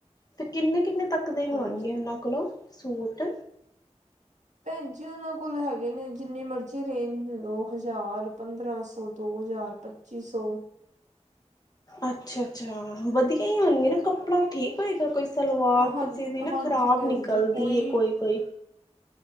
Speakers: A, on the left; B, on the right.
A: 'ਤੇ ਕਿੰਨੇ-ਕਿੰਨੇ ਤੱਕ ਦੇ ਹੋਣਗੇ
B: ਹਾਂਜੀ
A: ਉਨਾਂ ਕੋਲੋ ਸੂਟ?
B: ਭੈਣ ਜੀ ਉਨਾਂ ਕੋਲ ਹੈਗੇ ਨੇ ਜਿੰਨੀ ਮਰਜ਼ੀ ਰੇਂਜ ਲੋ ਹਜ਼ਾਰ, ਪੰਦਰਾਂ ਸੌ, ਦੋ ਹਜ਼ਾਰ ਪੱਚੀ ਸੌ।
A: ਅੱਛਾ-ਅੱਛਾ ਵਧੀਆ ਈ ਹੋਣਗੇ ਨਾ ਕੱ ਪੜਾ ਠੀਕ ਹੋਏਗਾ ਕੋਈ ਸਲਵਾਰ
B: ਹਾਂ
A: ਕਿਸੀ ਦੀ ਨਾ
B: ਹਾਂਜੀ
A: ਖ਼ਰਾਬ
B: ਭੈਣ
A: ਨਿਕਲਦੀ
B: ਜੀ ਕੋਈ
A: ਏ ਕੋਈ-ਕੋਈ।